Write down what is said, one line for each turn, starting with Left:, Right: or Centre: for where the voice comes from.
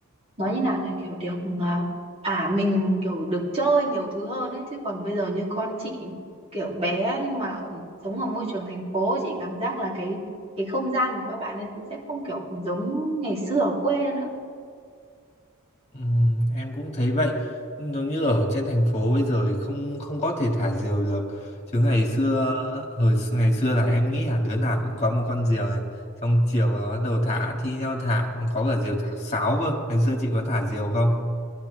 Right: nói như nào nhỉ kiểu được ừ, à, thả mình kiểu được chơi nhiều thứ hơn ấy chứ còn bây giờ như con chị kiểu bé nhưng mà ừ, sống ở môi trường thành phố chị cảm giác là cái cái không gian của các bạn ấy sẽ không kiểu giống ngày xưa ở quê nữa.
Left: Ừm, em cũng thấy vậy giống như ở trên thành phố bây giờ thì không không có thể thả diều được chứ ngày xưa hồi x- ngày xưa là em nghĩ là đứa nào cũng có một con diều này xong chiều là bắt đầu thả thi nhau thả còn có cả diều thả sáo cơ ngày xưa chị có thả diều không